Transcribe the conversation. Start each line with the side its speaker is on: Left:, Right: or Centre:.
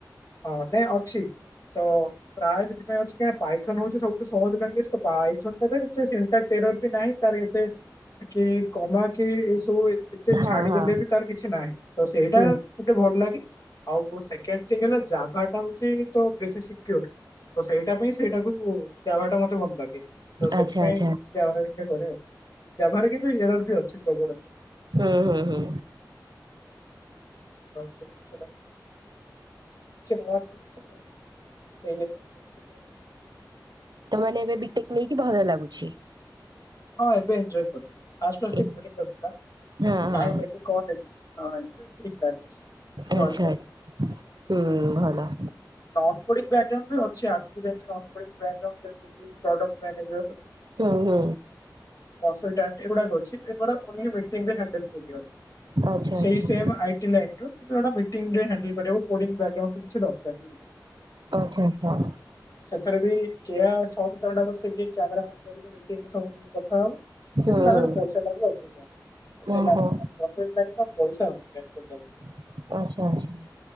Left: ହଁ ନାଇଁ ଅଛି ତ ପ୍ରାୟ ସେଥିପାଇଁ ଅଛି କାଇଁ ନାଁ ପାଇଶନ ହୋଉଛି ସବୁଠୁ ସହଜ ଲାଙ୍ଗୁଏଚ୍ ତ। ପାଇଶନ ଟା ବି ଏତେ ସି ସେରର ବି ନାହିଁ ତାର ଏତେ କି କମା କି ଏସବୁ ଏତେ
Right: ହଁ
Left: ଛାଡିଦେଲେ
Right: ହଁ
Left: ବି ତାର କିଛି ନାହିଁ ତ ସେଇଟା
Right: ହୁଁ
Left: ଗୋଟେ ଭଲ ଲାଗେ। ଆଉ ସେକଣ୍ଡ୍ ଥିଙ୍କ୍ ହେଲା ଜାଭଟା ହଉଚି ତ ବେଶି ସିକ୍ୟୋର୍। ତ ସେଇଟା ପାଇଁ ସେଇଟାକୁ ଜାଭାଟା ମତେ ଭଲ୍ ଲାଗେ। ତ ସେଥିପାଇଁ
Right: ଆଚ୍ଛା ଆଚ୍ଛା
Left: ଜାଭା ହେରିକା କରେ ଆଉ। ଜାଭାରେ କିନ୍ତୁ ଏରର୍ ବି ଅଛି ପ୍ରବଳ ଏରର୍।
Right: ହୁଁ ହୁଁ ହୁଁ।
Left: ସେଇ ଜିନଷ୍ ଟା, <inaudible> ନବାର ଥିଲା ତ ସେଇ <inaudible> ନେଇଥିଲି ଆଉ।
Right: ତାମାନେ ଏବେ ବିଟେକ୍ ନେଇକି ଭଲ ଲାଗୁଛି?
Left: ହଁ ଏବେ ଏନଜୟ କଲି ଫାଷ୍ଟ ଫାଷ୍ଟ
Right: ହଁ
Left: ଟିକେ ବୋରିଙ୍ଗ୍ ଲାଗୁଥିଲା।
Right: ହଁ
Left: କାହିଁ ନେଲି କଣ ନେଲି ହଁ ଏବେ ଠିକ୍ ଲାଗୁଚି ସବୁ ଚଳିବ।
Right: ଆଚ୍ଛା ଆଚ୍ଛା। ହୁଁ ଭଲ।
Left: ନନକୋଡିଙ୍ଗ୍ ବ୍ୟାଗ୍ରାଉଣ୍ଡ୍ ବି ଅଛି ଆଗୁକୁ ଯାଇକି ନନକୋଡିଙ୍ଗ୍ ବ୍ୟାଗ୍ରାଉଣ୍ଡ୍ ଯେମିତିକି ପ୍ରଡକ୍ଟ୍ ମ୍ୟାନେଜର
Right: ହୁଁ ହୁଁ।
Left: କନୋସଟାଣ୍ଟ୍ ଏଗୁଡାକ ଅଛି ଏଗୁଡା ଓନଲି ମିଟିଙ୍ଗରେ ହ୍ଯାଣ୍ଡେଲ୍ କରିହବ।
Right: ଆଚ୍ଛା
Left: ସେଇ
Right: ଆଚ୍ଛା।
Left: ସେମ୍ ଆଇ ଟି ଲାଇନ୍ ରୁ କିନ୍ତୁ ଏଟା ମିଟିଙ୍ଗ ରେ ହ୍ୟାଣ୍ଡେଲ୍ କରିହେବ କୋଡିଙ୍ଗ୍ ବ୍ୟାଗ୍ରାଉଣ୍ଡ୍ ବି କିଛି ଦରକାର ବି ନାଇଁ।
Right: ଆଚ୍ଛା ଆଚ୍ଛା।
Left: ସେଥେରେ ବି କେୟାର ଛଅ ସାତ ଘଣ୍ଟା ବସିକି କିି କ୍ୟାମେରା ଅନ୍ କରିକି ଦେଖ୍ <unintelligible> ଆଉ କିନ୍ତୁ
Right: ହୁଁ
Left: ତାଙ୍କର
Right: ହୁଁ
Left: ପଇସା ଟା ବି ଅଧିକା। ସେ
Right: ଓହୋ
Left: ଲାଇନରେ କର୍ପୋରେଟ ଲାଇନ ନା ପଇସା ଅଧିକା ହେପଟ ଲାଇନ୍।
Right: ଓ ଆଚ୍ଛା ଆଚ୍ଛା।